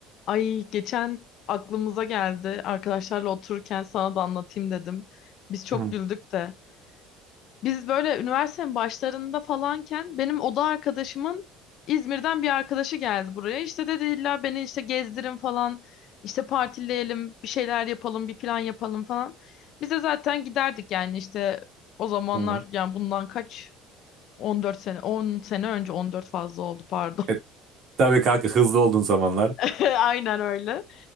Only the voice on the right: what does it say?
Hı,
hı.
E, tabii kanka hızlı olduğun zamanlar.